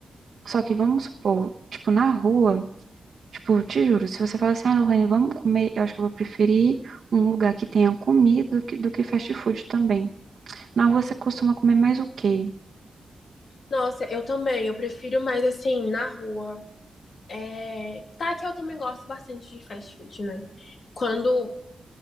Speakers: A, on the right (about 60°); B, on the left (about 60°).
A: Só que vamos supor, tipo, na rua Tipo, te juro, se você falar assim, ah, Lohane, vamos comer, eu acho que eu vou preferir um lugar que tenha comida do que, do que fast food também. Na rua você costuma comer mais o quê?
B: Nossa, eu também, eu prefiro mais assim, na rua. É... Tá que eu também gosto bastante de fast food, né? Quando